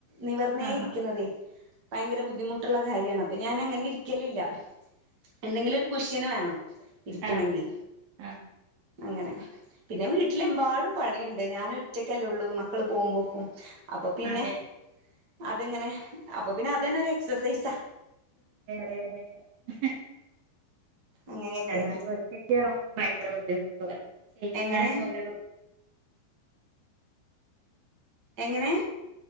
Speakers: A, on the right (about 40°); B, on the right (about 60°).
A: നിവർന്നേ
B: ആഹ്
A: ഇരിക്കുന്നതെ ഭയങ്കര ബുദ്ധിമുട്ട് കാര്യമാണ് അപ്പൊ ഞാൻ അങ്ങനെ ഇരിക്കലില്ല എന്തെങ്കിലൊരു കുഷ്യന് വേണം ഇരിക്കണെങ്കിൽ
B: ആഹ് ആഹ്
A: അങ്ങനെ പിന്നെ വീട്ടിലെമ്പാടും പണിയുണ്ട് ഞാൻ ഒറ്റക്കല്ലേ ഉള്ളൂ മക്കള് പോകുമ്പോക്കും അപ്പൊ പിന്നെ
B: അതെ
A: അതിങ്ങനെ അപ്പൊ പിന്നെ അതന്നെ ഒരു എക്സസൈസാ
B: ഏടെ ഹെ ഹെ ഹെ
A: അങ്ങനെയൊക്കെ
B: എന്നാാലും ഒറ്റയ്ക്കാകുമ്പ ഭയങ്കര ബുദ്ധിമുട്ട നമ്മുക്ക് ചെയ്യാനും
A: എങ്ങനെ
B: ഒരു
A: എങ്ങനെ